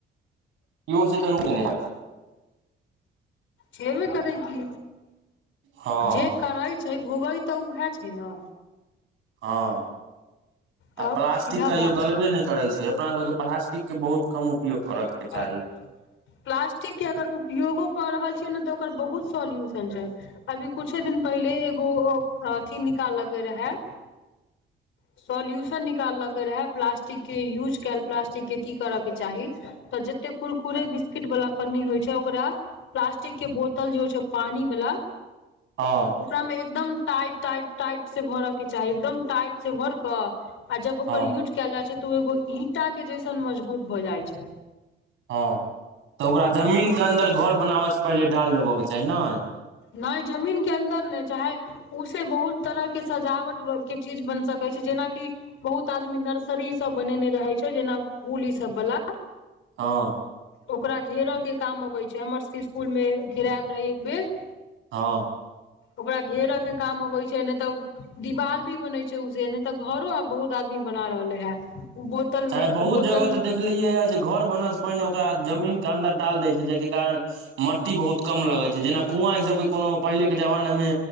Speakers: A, on the right; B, on the left.
A: इहो से तऽ न <unintelligible> क नहि।
B: छबेय करै कि
A: हँ
B: जे करैत। छै भोग्य तऽ उएहे छैय ने।
A: हँ आ
B: तब
A: प्लास्टिक
B: सीधा
A: कहियो
B: बात
A: गलबेय
B: छै
A: नहि। करै छै अपना सबके प्लास्टिक के बहुत कम। उपयोग
B: <unintelligible>
A: करऽ के चाही
B: प्लास्टिक के अगर उपयोगो कऽ रहल छियै ने तऽ ओकर बहुत सॉल्यूशन छै। अभी कुछे दिन पहिले एगो अथि निकालके रहै। सोल्यूशन निकालके रहे प्लास्टिक के यूज कायल प्लास्टिक के की करय के चाही। तऽ जते कुरकुरे बिस्किट वाला पन्नी होइ छै ओकरा। प्लास्टिक के बोतल जे होइ छो पानी वाला।
A: हँ
B: ओकरा मे एकदम टाइट टाइट टाइट से भरऽ के चाही एकदम टाइट से भर कऽ। आ जब ओकर
A: हँ
B: यूज कयल जाइ छै तऽ ओ एगो ईंटा के जैसन मजगूत भ जाइ छै।
A: हँ तऽ ओकरा जमीन के अन्दर घर बनाबय से पहिले डाल देबऽ के चाही नय।
B: नय जमीन के अन्दर नय चाहे। उसे बहुत तरह के सजावट के चीज बन सकै छै जेनाकि। बहुत आदमी नर्सरी सब बनेने रहे छो जेना फुल इ सब बाला।
A: हँ
B: ओकरा घेरय के काम अबेय छै हमर सबके इस्कूल मे घेरायल रहे एक बेर।
A: हँ।
B: ओकरा घेरऽ के काम अबै छै नहि तऽ। दिवाल भी बने छै स नहि तऽ घरो आ बहुत आदमी बना रहले है। ओ बोतलमे
A: चाहे बहुत
B: बोतल।
A: जगह तऽ देखलियै ह जे घर बने से पहिने ओकरा जमीन के अंन्दर डाल दै छै जाहिके कारण। मट्टी बहुत कम लगै छै जेना कुआँ ईसबके कोनो पहिलेके जमानामे।